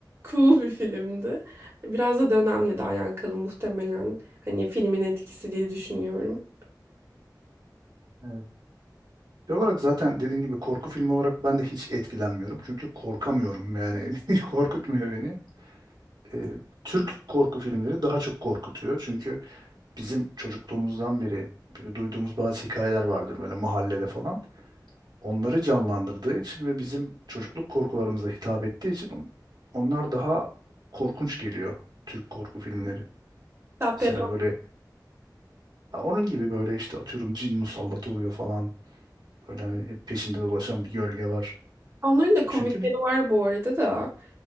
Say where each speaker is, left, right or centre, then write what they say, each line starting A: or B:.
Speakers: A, on the right; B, on the right.
A: Cool bir filmdi. Biraz da dönemle de alakalı muhtemelen. Hani filmin etkisi diye düşünüyorum.
B: Evet. Şey olarak zaten dediğim gibi korku filmi olarak ben de hiç etkilenmiyorum. Çünkü korkamıyorum yani <laughs> korkutmuyor beni. Ee, Türk korku filmleri daha çok korkutuyor. Çünkü bizim çocukluğumuzdan beri böyle duyduğumuz bazı hikayeler vardır böyle mahallede falan. Onları canlandırdığı için ve bizim çocukluk korkularımıza hitap ettiği için on- onlar daha korkunç geliyor Türk korku filmleri.
A: Hatta
B: Mesela
A: perform-
B: böyle ha, onun gibi böyle işte atıyorum cin musallat oluyor falan. Böyle hani hep peşinde dolaşan bir gölge var.
A: Onların da komikleri
B: Çünkü bir
A: var bu arada da.